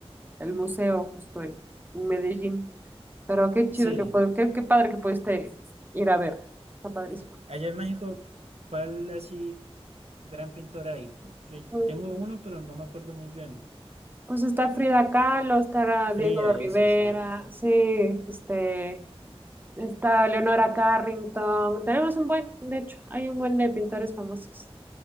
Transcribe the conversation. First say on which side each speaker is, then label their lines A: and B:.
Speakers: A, on the right; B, on the right.
A: el museo justo en, en Medellín. Pero qué chido
B: Sí.
A: que puede, qué, qué padre que pudiste ir a ver. Está padrísimo.
B: Allá en México, ¿cuál así gran pintor hay? Que
A: Mm.
B: tengo uno, pero no me acuerdo muy bien.
A: Pues está Frida Kahlo, está
B: Fría,
A: Diego Rivera,
B: eso, sí.
A: sí, este, está Leonora Carrington. Tenemos un buen, de hecho, hay un buen de pintores famosos.